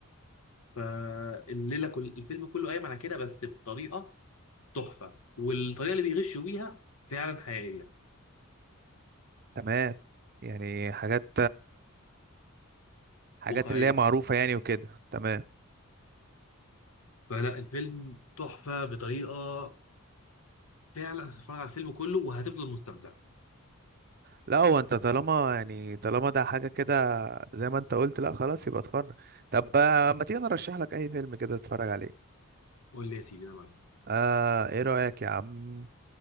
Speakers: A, on the left; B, on the right.
A: فالليله كل الفيلم كله قايم على كده بس بطريقه تحفه والطريقه اللي بيغشوا بيها فعلا حقيقيه
B: تمام يعني حاجات حاجات
A: واقعيه
B: اللي هي معروفة يعني وكده تمام
A: فلا الفيلم تحفه بطريقه فعلا هتتفرج على الفيلم كله وهتفضل مستمتع
B: لا هو انت طالما يعني طالما ده حاجة كده زي ما انت قلت لا خلاص يبقى اتفرج طب آه، ما تيجي نرشح لك اي فيلم كده تتفرج عليه
A: قول لي يا سيدي انا معاك
B: آه ايه رأيك يا عم